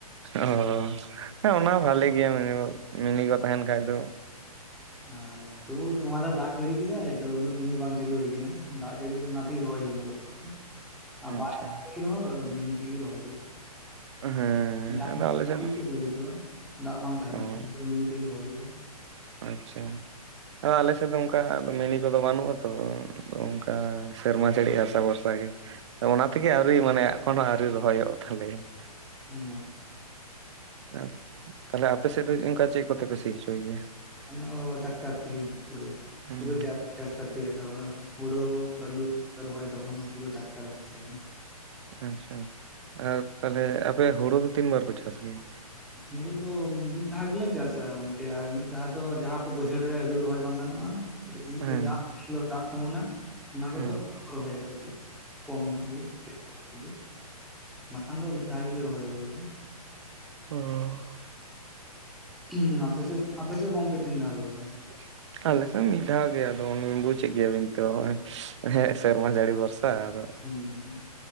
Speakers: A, on the right (about 45°); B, in the centre.
A: ᱚ ᱦᱮᱸ ᱚᱱᱟ ᱦᱚ ᱵᱷᱟᱞᱮ ᱜᱮᱭᱟ ᱢᱤᱱᱤ ᱢᱤᱱᱤ ᱠᱚ ᱛᱟᱦᱮᱱ ᱠᱷᱟᱡ ᱫᱚ
B: ᱦᱟ ᱛᱩᱨ ᱫᱚᱢᱟᱫᱟ ᱫᱟᱜ ᱡᱟᱹᱲᱤ ᱠᱮᱫᱟᱭ, ᱛᱚ ᱩᱱᱟᱹᱜ ᱢᱤᱱᱤ ᱵᱟᱝ ᱪᱟᱹᱞᱩ ᱦᱩᱭ ᱟᱠᱟᱱᱟ ᱾ ᱫᱟᱜ ᱡᱟᱹᱲᱤ ᱚᱱᱟ ᱛᱮᱜᱮ ᱨᱚᱦᱚᱭ ᱦᱩᱭ ᱮᱱᱟ᱾ ᱞᱚᱥᱚᱫ ᱟ
A: ᱟᱪᱪᱷᱟ
B: ᱵᱟᱭ ᱫᱟᱜ ᱡᱟᱲᱤ ᱨᱮᱦᱚ ᱢᱤᱱᱤ ᱛᱮᱜᱮ ᱨᱚᱦᱚᱭ ᱦᱩᱭᱩᱜ
A: ᱦᱮᱸ
B: ᱠᱷᱟᱱ ᱴᱟᱠ
A: ᱟᱫᱚ ᱟᱞᱮ ᱥᱮᱫ
B: <inaudible> ᱫᱟᱜ ᱵᱟᱝ ᱛᱟᱦᱮ ᱱᱟᱠᱩ
A: ᱚ
B: ᱩᱱ ᱢᱤᱱᱤ ᱛᱮᱜᱮ ᱨᱚᱦᱚᱭ ᱦᱩᱭᱩᱜ-ᱟ᱾
A: ᱟᱪᱪᱷᱟ ᱟᱫᱚ ᱟᱞᱮ ᱥᱮᱫ ᱫᱚ ᱚᱱᱠᱟ ᱢᱤᱱᱤ ᱠᱚ ᱫᱚ ᱵᱟᱹᱱᱩᱜ ᱟᱛᱚ ᱾ ᱫᱚ ᱚᱝᱠᱟ ᱥᱮᱨᱢᱟ ᱡᱟᱲᱤ ᱟᱥᱟ ᱵᱷᱚᱨᱥᱟ ᱜᱮ᱾ ᱚᱱᱟ ᱛᱮ ᱜᱮ ᱟᱹᱣᱨᱤ ᱢᱟᱱᱮ ᱮᱠᱷᱚᱱᱚ ᱟᱹᱣᱨᱤ ᱨᱚᱦᱚᱭᱚᱜ ᱛᱟᱞᱮᱭᱟ᱾ <inaudible>
B: ᱦᱮᱸ
A: ᱟᱨ ᱛᱟᱦᱚᱞᱮ ᱟᱯᱮ ᱥᱮᱫ ᱫᱚ ᱚᱱᱠᱟ ᱪᱮᱫ ᱠᱚᱛᱮ ᱯᱮ ᱥᱤ ᱦᱚᱪᱚᱭ ᱜᱮᱭᱟ?
B: ᱟᱛᱚ ᱴᱟᱠᱴᱟᱨ ᱛᱮ ᱜᱮ ᱯᱩᱨᱟᱹ
A: ᱦᱩᱸ
B: ᱯᱩᱨᱟᱹ ᱪᱟᱥ ᱜᱮ ᱴᱟᱠᱴᱟᱨ ᱛᱮ ᱜᱮ ᱨᱟᱠᱟᱵᱟ᱾ ᱦᱳᱲᱳ ᱠᱟᱞᱩ ᱨᱚᱦᱚᱭᱟ ᱛᱚᱠᱷᱚᱱᱚ ᱯᱩᱨᱟᱹ ᱴᱨᱟᱠᱴᱟᱨ ᱵᱚᱨᱥᱟ ᱜᱮ᱾
A: ᱟᱪᱪᱷᱟ ᱟᱨ ᱛᱟᱦᱟᱞᱮ ᱟᱯᱮ ᱦᱩᱲᱩ ᱫᱚ ᱛᱤᱱ ᱵᱟᱨ ᱯᱮ ᱪᱟᱥ ᱜᱮᱭᱟ?
B: ᱢᱩᱲᱩ ᱫᱚ ᱢᱤᱫ ᱫᱷᱟᱣ ᱜᱮᱞᱮ ᱪᱟᱥᱟ ᱜᱚᱝᱠᱮ ᱟᱨ ᱢᱤᱫ ᱫᱷᱟᱣ ᱫᱚ ᱡᱟᱦᱟᱸ ᱠᱚ ᱵᱟᱹᱭᱦᱟᱹᱲ ᱨᱮ ᱟᱹᱞᱩ ᱨᱚᱦᱚᱭ ᱵᱟᱝ ᱜᱟᱱᱚᱜ-ᱟ ᱚᱠᱟ ᱥᱤᱫ ᱢᱤᱫ ᱜᱷᱟᱹᱲᱤᱡ
A: ᱦᱮᱸ
B: ᱫᱟᱜ ᱫᱟᱜ ᱛᱤᱜᱩᱱᱟ ᱚᱱᱟ
A: ᱦᱮᱸ
B: ᱠᱚᱫᱚ ᱨᱚᱦᱚᱭ ᱮᱥᱮᱫᱤ᱾ ᱠᱚᱢ ᱧᱚᱜ ᱜᱮ <inaudible> ᱵᱟᱠᱷᱟᱱ ᱫᱚ ᱢᱤᱫ ᱫᱷᱟᱣ ᱜᱮᱞᱮ ᱨᱚᱦᱚᱭᱟ ᱦᱩᱲᱩ ᱫᱚ᱾
A: ᱚ
B: ᱦᱩᱸ ᱟᱯᱮ ᱥᱮᱫ ᱟᱯᱮ ᱥᱮᱫ ᱜᱚᱝᱠᱮ ᱛᱤᱱ ᱫᱷᱟᱹᱣ ᱯᱮ ᱨᱚᱦᱚᱭᱟ?
A: <unintelligible> ᱟᱞᱮᱥ ᱢᱤᱫ ᱫᱷᱟᱣ ᱜᱮ ᱟᱫᱚ ᱵᱩᱡᱮᱫ ᱜᱮᱭᱟ ᱵᱤᱱ ᱛᱚ ᱦᱮᱸ ᱥᱮᱨᱢᱟ ᱡᱟᱹᱲᱤ ᱵᱷᱚᱨᱥᱟ ᱟᱫᱚ ᱾
B: ᱦᱩᱸ